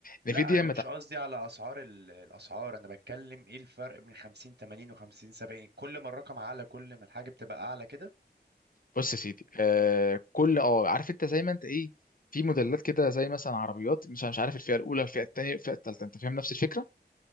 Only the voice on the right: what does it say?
لا انا مش قصدي على اسعار ال- الاسعار انا بتكلم ايه الفرق بين 50 80 و50 70 كل ما الرقم اعلى كل ما الحاجه بتبقى اعلى كده